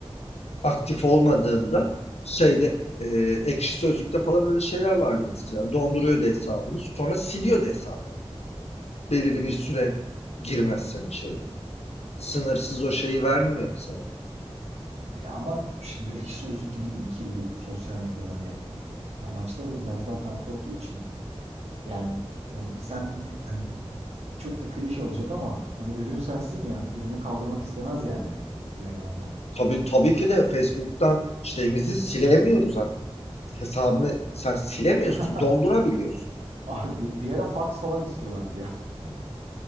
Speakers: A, on the left; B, on the right.
A: aktif olmadığında şeyde e, ekşi sözlükte falan öyle şeyler vardı mesela. Donduruyordu hesabını sonra siliyordu hesabını. Belirli bir süre girmezsen içeri. Sınırsız o şeyi vermiyordu sana.
B: E, ama şimdi ekşi sözlük gibi değil ki bu sosyal medyalar yani. Amaçları da biraz daha farklı olduğu için. Yani orada sen e, hani çok da klişe olacak ama hani ürün sensin ya. Ürünü kaldırmak istemez yani Reyhan'dan.
A: Tabii, tabii ki de Facebook'tan şeyimizi silemiyoruz ha. Hesabını sen silemiyorsun,
B: <laughs>
A: dondurabiliyorsun.
B: Abi bir, bir ara fax falan istiyorlardı ya. <laughs>